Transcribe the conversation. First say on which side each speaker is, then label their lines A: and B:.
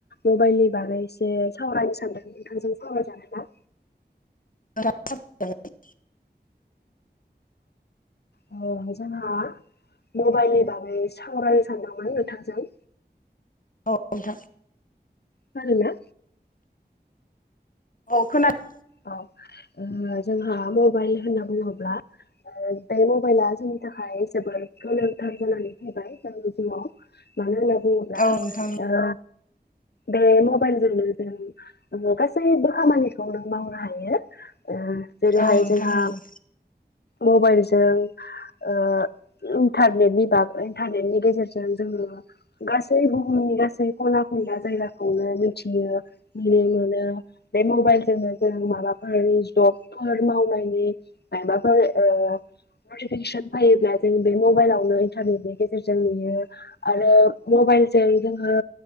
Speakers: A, on the left; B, on the left.
A: मबाइलनि बागै एसे सावरायनो सानदों नोंथांजों सावरायजागोन ना?
B: औ सावरायजागोन।
A: औ अ जोंहा मबाइलनि बागै सावरायनो सानदोंमोन नोंथांजों
B: औ नोंथां।
A: खोनादों ना?
B: औ खोनादों।
A: औ ओ जोंहा मबाइल होनना बुङोब्ला ओ बे मबाइला जोंनि थाखाय जोबोद गोनांथार जानानै फैबाय जोंनि जिवाव मानो होनो बुङोब्ला
B: औ नोंथां
A: ओ बे मबाइलजोंनो जों गासैबो खामानिखौनो मावनो हायो ओ जेरैहाय
B: औ नोंथां
A: जोंहा
B: नंगौ
A: मबाइलजों ओ इन्टारनेटनि बागै इन्टारनेटनि गेजेरजों जोङो गासै बुहुम गासै खना खनला जायगाखौनो मिथियो मिनो मोनो बे मबाइलजोंनो जों माबाफोर जबफोर मावनायनि माबाफोर ओ नटिफिकेसन फायोब्ला जों बे मबाइलावनो इन्थारनेटनि गेजेरजों नुयो आरो मबाइ बाइलजों जोङो